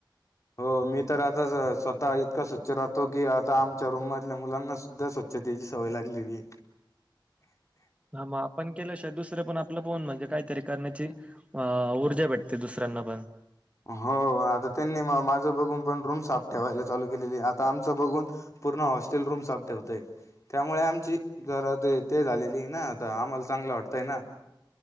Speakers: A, on the left; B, on the right.
A: हो मी तर आता स्वतः इतका स्वच्छ राहतो की आता आमच्या रूममधल्या मुलांना सुद्धा स्वच्छ ्छतेची सवय लागलेली
B: हा मग आपण केलं श दुसरं पण आपलं पोन म्हणजे काहीतरी करण्याची अ ऊर्जा भेटते दुसऱ्यांना पण
A: हो आता त्यांनी माझं बघून पण रूम साफ ठेवायला चालू केलेली आता आमचं बघून पूर्ण हॉस्टेल रूम साफ ठेवते त्यामुळे आमची जर ते ते झालेली ना आता आम्हाला चांगलं वाटतंय ना